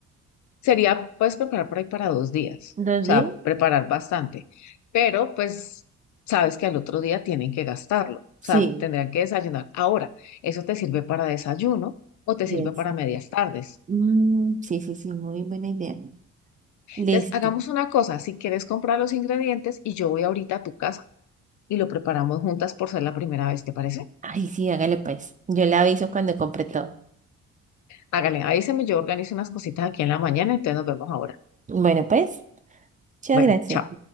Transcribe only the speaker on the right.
dos
días.
Sí,
diez.
Mm, sí, sí, sí, muy buena idea. Listo.
Ay, sí, hágale pues. Yo le aviso cuando compre todo.
Bueno, pues, muchas
gracias.